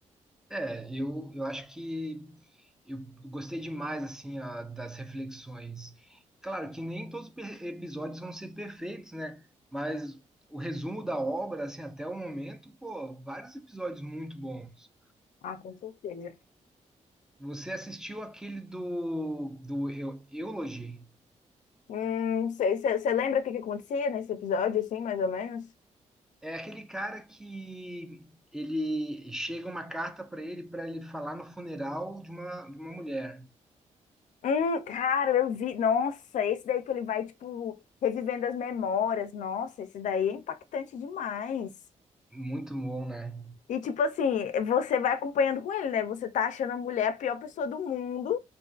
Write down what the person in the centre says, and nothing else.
É, eu, eu acho que eu gostei demais assim a- das reflexões. Claro que nem todos os pe- episódios vão ser perfeitos, né? Mas o resumo da obra, assim, até o momento, pô, vários episódios muito bons.
Você assistiu aquele do, do Eu- Eulogy?
É aquele cara que ele chega uma carta para ele para ele falar no funeral de uma, de uma mulher.
Muito bom, né?